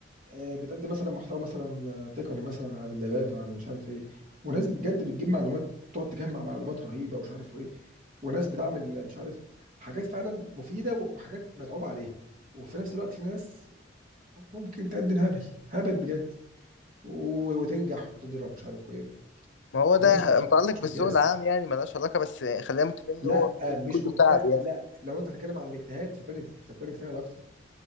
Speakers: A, on the right (about 50°); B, on the left (about 85°).
A: آه، بتقدم مثلا محتوى مثلا آه، تقني مثلا عن اللابات وعن مش عارف ايه وناس بجد بتجيب معلومات تقعد تجمع معلومات رهيبه ومش عارف ايه وناس بتعمل مش عارف حاجات فعلا مفيده وحاجات متعوب عليها وفي نفس الوقت في ناس ممكن تقدم هبل هبل بجد و- وتنجح وتضرب مش عارف ايه
B: ما هو
A: فهو
B: ده
A: مش مك-
B: متعلق
A: مش
B: بالذوق
A: مقياس
B: العام يعني ملهاش علاقه بس خلينا متفقين ان
A: لا
B: هو
A: آه، مش
B: كله
A: مك...
B: تعب
A: لا
B: يعني
A: لا لو انت هتتكلم عن الاجتهاد فالتاني فالتاني اجتهد اكتر